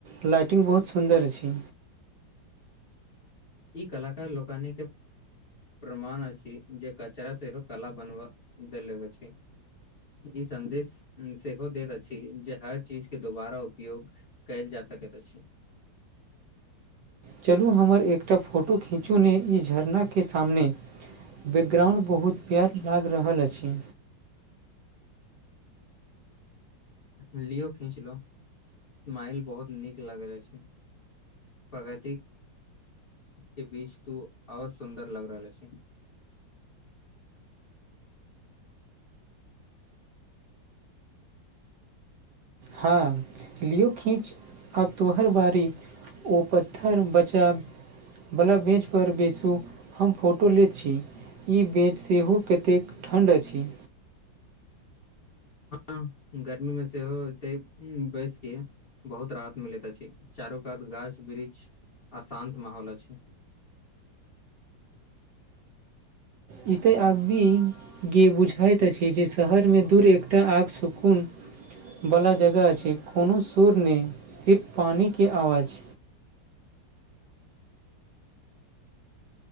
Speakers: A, on the right; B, on the left.
A: लाइटिंग बहुत सुन्दर छी
B: ई कलाकार लोकानि के प्रमाण अछि जे कचरा सेहो कला बनबा देले अछि ई सन्देश सेहो दैत अछि जे हर चीज के दुबारा उपयोग कयल जा सकैत अछि
A: चलू हमर एकटा फोटो खीँचू ने ई झरनाके सामने बैकग्राउण्ड बहुत प्यार लागि रहल अछि
B: लियो खीचलो स्माइल बहुत नीक लागल अछि प्रगतिक के बीच तू आऔर सुन्दर लग रहल छी
A: हँ लियौ खीच अब तोहर बारी ओ पत्थर बचाब वला बेंच पर बेैसू हम फोटो लेैत छी ई बेच सेहो कतेक ठण्ड अछि
B: हँ गर्मी मे सेहो एतै बैसके बहुत राहत मिलैत अछि चारू कात गाछ वृक्ष आ शान्त माहौल अछि
A: ई के अभी गे बुझाइत अछि जे शहरमे दूर एकटा आग सुकून वला जगह अछि कोनो सुर नहि सिर्फ पानिके आवाज